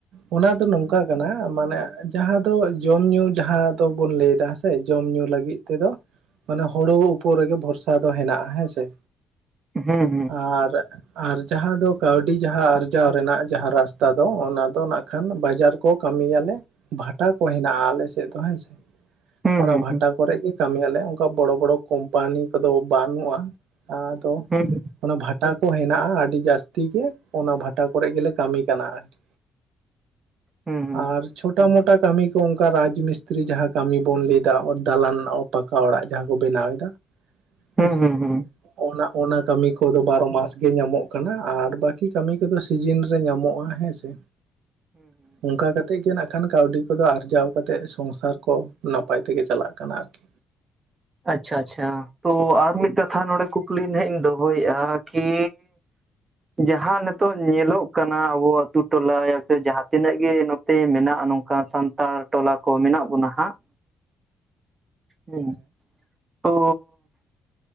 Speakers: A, on the right; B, on the right.
A: ᱚᱱᱟ ᱫᱚ ᱱᱚᱝᱠᱟ ᱠᱟᱱᱟ ᱢᱟᱱᱮ ᱡᱟᱦᱟᱸ ᱫᱚ ᱡᱚᱢ ᱧᱩ ᱡᱟᱦᱟᱸ ᱫᱚᱵᱚᱱ ᱞᱟᱹᱭ ᱫᱟ ᱦᱳᱭ ᱡᱚᱢ ᱧᱩ ᱞᱟᱹᱜᱤᱫ ᱠᱚᱫᱚ ᱢᱟᱱᱮ ᱦᱩᱲᱩ ᱩᱯᱚᱨ ᱨᱮᱜᱮ ᱵᱷᱚᱨᱥᱟ ᱫᱚ ᱦᱮᱱᱟᱜᱼᱟ ᱦᱮᱸ ᱥᱮ
B: ᱦᱩᱸ
A: ᱟᱨ ᱟᱨ ᱡᱟᱦᱟᱸ ᱫᱚ ᱠᱟᱹᱣᱰᱤ ᱡᱟᱦᱟᱸ ᱟᱨᱡᱟᱣ ᱨᱮᱱᱟᱜ ᱡᱟᱦᱟᱸ ᱨᱟᱥᱛᱟ ᱫᱚ ᱚᱱᱟ ᱫᱚ ᱱᱟᱜ ᱠᱷᱟᱱ ᱵᱟᱡᱟᱨ ᱠᱚ ᱠᱟᱹᱢᱤᱭᱟᱞᱮ ᱵᱷᱟᱴᱟ ᱠᱚ ᱦᱮᱱᱟᱜᱼᱟ ᱟᱞᱮ ᱥᱮᱫ ᱫᱚ ᱦᱮᱸ ᱥᱮ
B: ᱦᱩᱸ
A: ᱚᱱᱟ
B: ᱦᱩᱸ
A: ᱵᱷᱟᱴᱟ ᱠᱚᱨᱮᱫ ᱜᱮ ᱠᱟᱹᱢᱤᱭᱞᱮ ᱚᱱᱠᱟ ᱵᱚᱲᱚ ᱵᱚᱲᱚ ᱠᱳᱢᱯᱟᱱᱤ ᱠᱚᱫᱚ ᱵᱟᱹᱱᱩᱜᱼᱟ ᱟᱫᱚ
B: ᱦᱮᱸ
A: ᱚᱱᱟ ᱵᱷᱟᱴᱟ ᱠᱚ ᱦᱮᱱᱟᱜᱼᱟ ᱟᱹᱰᱤ ᱡᱟᱹᱟᱥᱛᱤ ᱜᱮ ᱚᱱᱟ ᱵᱷᱟ ᱴᱟ ᱠᱚᱨᱮᱫ ᱜᱮᱞᱮ ᱠᱟᱹᱢᱤ ᱠᱟᱱᱟ ᱟᱨᱠᱤ
B: ᱦᱩᱸ ᱦᱩᱸ
A: ᱟᱨ ᱪᱷᱚᱴᱚ ᱢᱚᱴᱚ ᱠᱟᱹᱢᱤ ᱠᱚ ᱚᱱᱠᱟ ᱨᱟᱡᱽ ᱢᱤᱥᱛᱨᱤ ᱡᱟᱦᱟᱸ ᱠᱟᱹᱢᱤ ᱵᱚᱱ ᱞᱟᱹᱭ ᱫᱟ ᱚᱛ ᱫᱟᱞᱟᱱ ᱚ ᱯᱟᱠᱟ ᱚᱲᱟᱜ ᱡᱟᱦᱟᱸ ᱠᱚ ᱵᱮᱱᱟᱣ ᱫᱟ ᱦᱮᱸᱥᱮ
B: ᱦᱩᱸ ᱦᱩᱸ ᱦᱩᱸ ᱦᱩᱸ ᱦᱩᱸ ᱦᱩᱸ ᱦᱩᱸ
A: ᱚᱱᱟ ᱚᱱᱟ ᱠᱟᱹᱢᱤ ᱠᱚᱫᱚ ᱵᱟᱨᱚ ᱢᱟᱥ ᱜᱮ ᱧᱟᱢᱚᱜ ᱠᱟᱱᱟᱟᱨ ᱵᱟᱠᱤ ᱠᱟᱹᱢᱤ ᱠᱚᱫᱚ ᱥᱤᱡᱤᱱ ᱨᱮ ᱧᱟᱢᱚᱜᱼᱟ ᱦᱮᱸ ᱥᱮ ᱚᱱᱠᱟ ᱠᱟ ᱠᱟᱛᱮᱫ ᱜᱮ ᱱᱟᱦᱟᱜ ᱠᱷᱟᱱ ᱠᱟᱹᱣᱰᱤ ᱠᱚᱫᱚ ᱟᱨᱡᱟᱣ ᱠᱟᱛᱮᱫ ᱥᱚᱝᱥᱟᱨ ᱠᱚ ᱱᱟᱯᱟᱭ ᱛᱮᱜᱮ ᱪᱟᱞᱟᱜ ᱠᱟᱱᱟ ᱟᱨᱠᱤ
B: ᱟᱪᱪᱷᱟ ᱟᱪᱪᱷᱟ ᱛᱚ ᱟᱨ ᱢᱤᱫ ᱠᱟᱛᱷᱟ ᱱᱚᱰᱮ ᱠᱩᱠᱞᱤ ᱦᱟᱸᱜ ᱤᱧ ᱫᱚᱦᱚᱭᱮᱫᱼᱟ ᱠᱤ ᱡᱟᱦᱟᱸ ᱱᱤᱛᱚᱜ ᱧᱮᱞᱚᱜ ᱠᱟᱱᱟ ᱟᱵᱚ ᱟᱛᱩ ᱴᱚᱞᱟ ᱥᱮ ᱡᱟᱦᱟᱸ ᱛᱤᱱᱟᱹᱜ ᱜᱮ ᱱᱚᱛᱮ ᱢᱮᱱᱟᱜᱼᱟ ᱱᱚᱝ ᱠᱟ ᱥᱟᱱᱛᱟᱲ ᱴᱚᱞᱟ ᱠᱚ ᱢᱮᱱᱟᱜ ᱵᱚᱱᱟ ᱦᱟᱸᱜ ᱦᱮᱸ ᱛᱚ